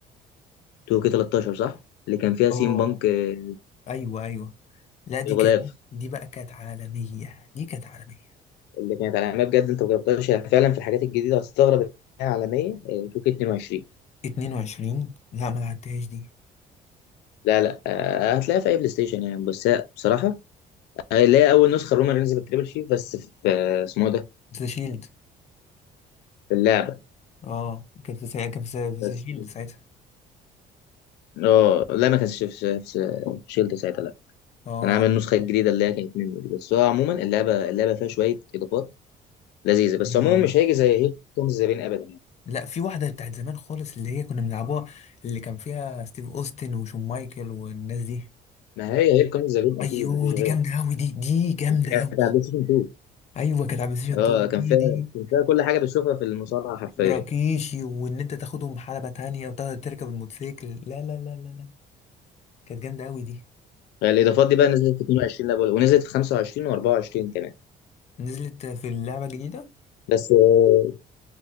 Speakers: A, on the left; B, on the left.
A: 2K13 صح اللي كان فيها
B: اه
A: سيم بانك آه،
B: ايوه ايوه لا دي
A: الغلاف
B: كانت دي بقى كانت عالميه دي كانت عالميه
A: اللي كانت عالميه بجد انت ما جربتهاش هي فعلا في الحاجات الجديده هتستغرب إنها عالميه آه، 2K22
B: 22 لا ما لعبتهاش دي
A: لا لا آه، هتلاقيها في اي بلاي ستيشن يعني بس هي بصراحه آه، اللي هي اول نسخه رومان رينز بالتريبل شيف بس في آه، اسمه إيه ده
B: ذا شيلد
A: في اللعبه
B: اه كانت في سا... كان في سا... في ذا
A: بس
B: شيلد ساعتها
A: اه لا ما كانش في في- في شيلد ساعتها لا
B: اه
A: كان عامل النسخه الجديده اللي هي كانت منه دي بس هو عموما اللعبه اللعبه فيها شويه اضافات لذيذه بس
B: ايوه
A: عموما
B: ايوه
A: مش هيجي زي هير كومز ذا بين ابدا يعني
B: لا في واحده بتاعت زمان خالص اللي هي كنا بنلعبوها اللي كان فيها ستيف اوستن وشون مايكل والناس دي
A: ما هي هير كومز ذا بين
B: ايوه
A: اكيد مفيش
B: دي
A: غيرها
B: جامده قوي دي دي جامده
A: كانت
B: قوي
A: على بلاي ستيشن 2
B: ايوه كانت على بلاي ستيشن
A: اه
B: 2
A: كان فيها
B: دي دي
A: كان فيها كل حاجه بتشوفها في المصارعه حرفيا
B: وراكيشي وان انت تاخدهم حلبة تانية وتاخد تركب الموتوسيكل لا لا لا لا لا كانت جامدة قوي دي
A: الاضافات دي بقى نزلت في 22 لا بقول- ونزلت في 25 و24 كمان
B: نزلت في اللعبة الجديدة
A: بس آه،